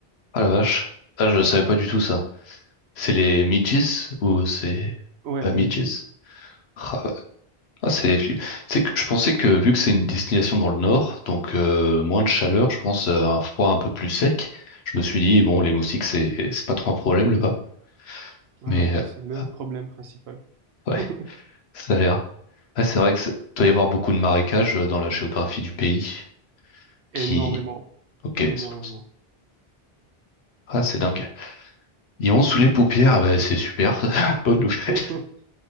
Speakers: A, on the left; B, on the right.
A: Ah la vache. Ah, je savais pas du tout ça. C'est les midges ou c'est
B: Ouais,
A: pas
B: midges.
A: midges? Ah. Ah, c'est, tu sais que je pensais que vu que c'est une destination dans le nord, donc euh, moins de chaleur, je pense euh, un froid un peu plus sec. Je me suis dit bon, les moustiques c'est c'est pas trop un problème là-bas,
B: Ah
A: mais
B: non,
A: euh,
B: c'est le
A: ah,
B: problème principal.
A: ouais,
B: <laughs>
A: <laughs> ça a l'air. Ah, c'est vrai que c'est- doit y avoir beaucoup de marécages euh, dans la géographie du pays. Qui,
B: Énormément.
A: ok,
B: Énormément.
A: c'est pour ça. Ah, c'est dingue. Ils ont sous les paupières, ah bah, c'est super, <laughs> bonne nouvelle.
B: <laughs>